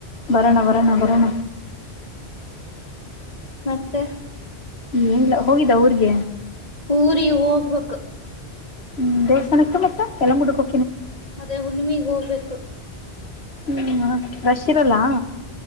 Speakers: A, on the left (about 65°); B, on the left (about 35°).
A: ಬರಣ ಬರಣ ಬರಣ.
B: ಮತ್ತೆ
A: ಏನ್ಲ್ ಹೋಗಿದ್ದ ಊರ್ಗೆ.
B: ಊರಿಗ ಹೋಗ್ಬೇಕು.
A: ಹ್ಮ್ ದೇವಸ್ಥಾನಕ್ಕ್ ಮತ್ತ್ ಯೆಲ್ಮಮ್ಗಡ್ಕ್ ಕೊ
B: ಮತ್ತೆ ಹುಣ್ಮಿಗ್ ಹೋಗ್ಬೇಕು.
A: ಹ್ಮಞ ಫ್ರೆಶ್ಶಿರಲ್ಲ.
B: ಹ್ಮ್